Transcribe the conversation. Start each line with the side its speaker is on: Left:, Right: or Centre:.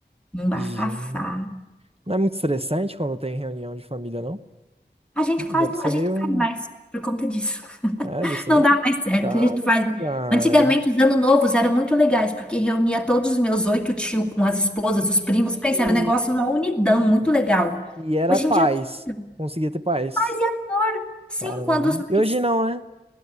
Centre: Um bafafá.
Right: Gente. Não é muito estressante quando tem reunião de família, não?
Centre: A gente
Right: Deve
Centre: quase não,
Right: ser
Centre: a gente
Right: meio.
Centre: não faz mais por conta disso. <laughs>
Right: É, deve ser
Centre: Não
Right: meio
Centre: dá
Right: complicado,
Centre: mais certo, a gente não faz. mais.
Right: cara.
Centre: Antigamente, os anos novos eram muito legais, porque reunia todos os meus oito tios com as esposas,
Right: E,
Centre: os primos.
Right: e,
Centre: Pensa, era um negócio, uma unidão muito legal.
Right: e era
Centre: Hoje
Right: paz.
Centre: em dia, não.
Right: Conseguia ter paz.
Centre: fazia amor, sim,
Right: Caramba.
Centre: quando os mais
Right: E hoje não, né?